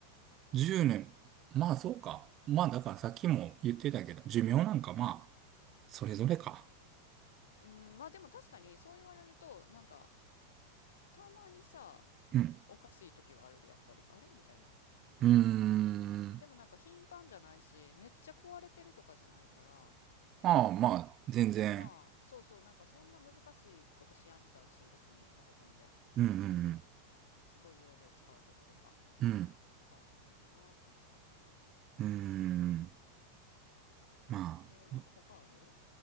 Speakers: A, on the right (about 30°); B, on the left (about 65°).
A: 10年。まあ、そうか。まあ、だからさっきも言ってたけど、寿命なんかまあ、
B: うん。
A: それぞれか。
B: うん、まあでも確かにそう言われると、なんか、たまにさ、
A: うん。
B: おかしい時はあるで、やっぱり。あれみたいな。
A: うーん。
B: でもなんか頻繁じゃないし、めっちゃ壊れてるとかじゃないから、
A: まあまあ、全然。
B: まあ、そうそう、なんかそんな難しいことしやんしさ、私別にパソコンで。
A: うんうん
B: なんかすごい容量使うこととか。
A: うん。うん。
B: だからまあいいかなって思ってるけど。
A: うーん。まあ、
B: えー、なんか他ある